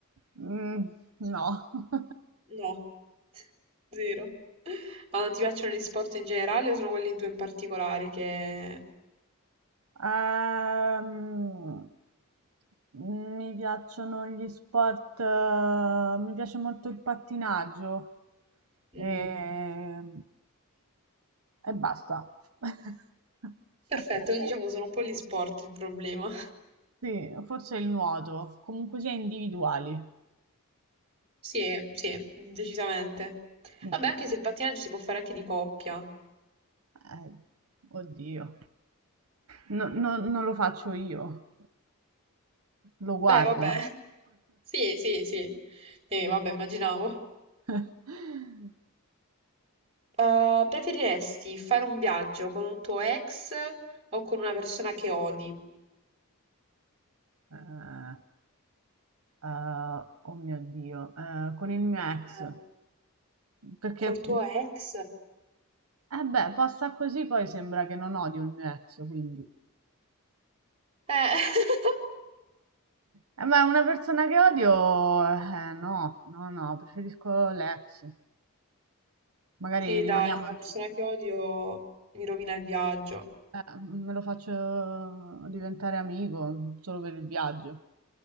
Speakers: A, on the right (about 70°); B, on the right (about 25°).
A: Mm, no. <laughs>
B: No, zero. Ma non ti piacciono gli sport in generale o sono quelli due in particolare che...
A: Ehm, mi piacciono gli sport, eh, mi piace molto il pattinaggio
B: Mm.
A: e, e basta. <laughs>
B: Perfetto, quindi diciamo sono un po' gli sport il problema.
A: Sì, forse il nuoto, comunque sia individuali.
B: Sì, sì, decisamente.
A: Mm,
B: Vabbè, anche se il pattinaggio si può fare anche di coppia.
A: eh, oddio, No- no- non lo faccio io, lo guardo.
B: Beh, vabbè. <laughs> Sì, sì, sì. Eh, vabbè, immaginavo.
A: <laughs>
B: Eh, preferiresti fare un viaggio con un tuo ex o con una persona che odi?
A: Eh, eh, oh mio Dio, eh, con il mio ex,
B: Eh,
A: perché,
B: col tuo ex?
A: eh beh, posta così poi sembra che non odio il mio ex, quindi.
B: Eh, <laughs>
A: Eh, ma una persona che odio, eh, no, no, no, preferisco l'ex. Magari
B: sì,
A: Sì, rimaniamo
B: dai, la
A: amici.
B: persona che odio mi rovina il viaggio.
A: Eh, mm, me lo faccio diventare amico solo per il viaggio.